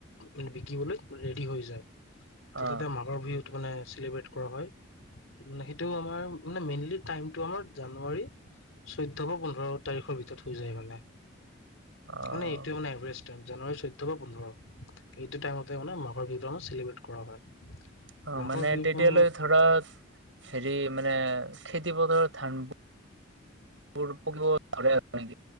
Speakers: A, on the left (about 80°); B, on the right (about 75°).
A: মানে বিকিবলৈ ৰেডি হৈ যায়, ত
B: অ
A: তাতে মা মাঘৰ বিহুত মানে চেলিব্ৰেট কৰা হয়। মানে সেইটোও আমাৰ মানে মেইনলি টাইমটো আমাৰ জানুৱাৰী চৈধ্য বা পোন্ধৰ তাৰিখৰ ভিতৰত হৈ যায় মানে,
B: অ
A: মানে এইটো মানে এভাৰেজ টাইম, জানুৱাৰী চৈধ্য বা পোন্ধৰ। এইটো টাইমতে মানে মাহঘৰ বিহু চেলিব্ৰেট কৰা হয়।
B: অ
A: মাঘৰ
B: মানে
A: বিহুৰ
B: তেতিয়ালৈ
A: সময়ত
B: ধৰা হেৰি মানে খেতি-পথাৰ ধানবোৰ <unintelligible>